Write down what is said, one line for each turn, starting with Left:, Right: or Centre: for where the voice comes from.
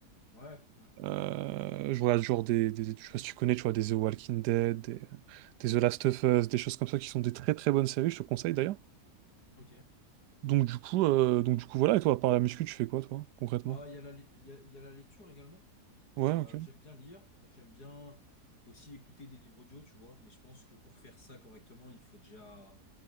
Left: Ouais, ouais.
Right: Euh, je vois genre des, des- je sais pas si tu connais, tu vois, des The Walking Dead, des, des The Last of Us, des choses comme ça qui sont des très très bonnes séries, je te conseille d'ailleurs.
Left: Ok.
Right: Donc du coup, euh, donc du coup voilà, et toi, à part la muscu, tu fais quoi toi, concrètement?
Left: Bah, il y a la, li- il y a, il y a la lecture également.
Right: Ouais,
Left: Euh,
Right: ok.
Left: j'aime bien lire, j'aime bien aussi écouter des livres audio, tu vois, mais je pense que pour faire ça correctement, il faut déjà,